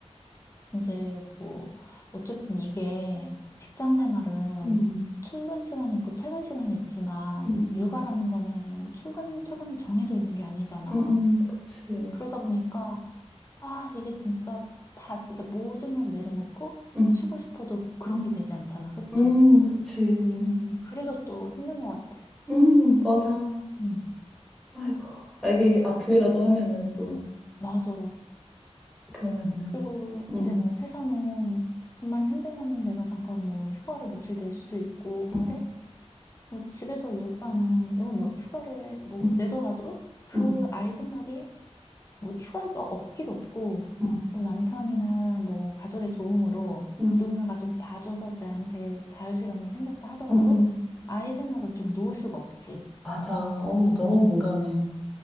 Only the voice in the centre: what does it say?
음,
음,
음,
음, 음. 그치.
음,
음, 그치.
음, 맞아.
아이고, 알게 아프기라도 하면은 또,
그러면은,
음,
음,
음,
음,
음,
음,
음. 음.
맞아. 어, 너무
공감해.